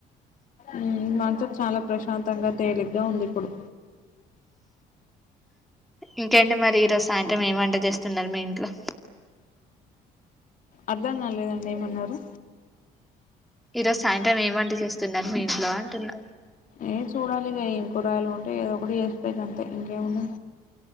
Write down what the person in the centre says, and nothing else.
ఇంకేంటి మరి ఈరోజు సాయంత్రం ఏం వంట చేస్తున్నారు మీ ఇంట్లో
ఈ రోజు సాయంత్రం ఏం వంటా చేస్తున్నారు మీ ఇంట్లో అంటున్న